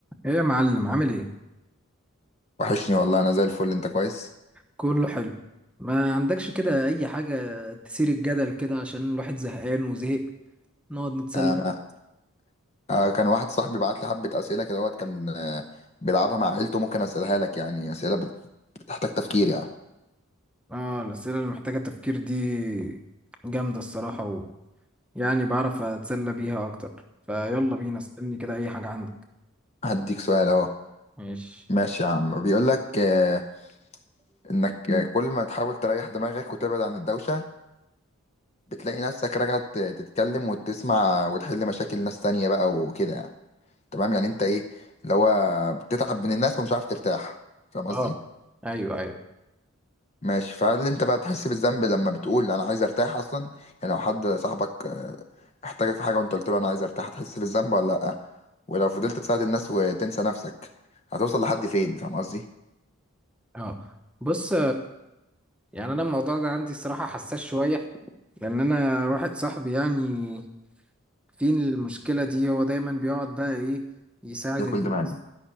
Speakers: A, in the centre; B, on the left (about 30°).
A: ايه يا معلم عامل ايه
B: وحشني والله انا زي الفل انت كويس
A: كله حلو ما عندكش كده اي حاجة تثير الجدل كده عشان الواحد زهقان وزهق نقعد نتسلى
B: آه
A: فيها؟
B: آه كان واحد صاحبي بعت لي حبه اسئله كده وقت كان آه بيلعبها مع عيلته ممكن اسالها لك يعني اسئله بت- بتحتاج تفكير يعني
A: اه الأسئلة اللي محتاجة تفكير دي جامدة الصراحة و يعني بعرف أتسلى بيها أكتر فيلا بينا اسألني كده أي حاجة عندك
B: هديك سؤال اهو
A: ماشي
B: ماشي يا عم بيقول لك آه انك آه، كل ما تحاول تريح دماغك وتبعد عن الدوشه بتلاقي نفسك راجع ت- تتكلم وتسمع وتحل مشاكل ناس تانية بقى وكده يعني تمام يعني انت ايه اللي هو بتتعب من الناس ومش عارف ترتاح فاهم قصدي
A: اه ايوه ايوه
B: ماشي فهل انت بقى بتحس بالذنب لما بتقول انا عايز ارتاح اصلا يعني لو حد صاحبك آه، احتاجك في حاجه وانت قلت له انا عايز ارتاح هتحس بالذنب ولا لا ولو فضلت تساعد الناس وتنسى نفسك هتوصل لحد فين فاهم قصدي
A: اه بص يعني انا الموضوع ده عندي الصراحة حساس شوية لان انا واحد صاحبي يعني في المشكلة دي هو دايما بيقعد بقى ايه يساعد
B: ده كل
A: الناس
B: دماغي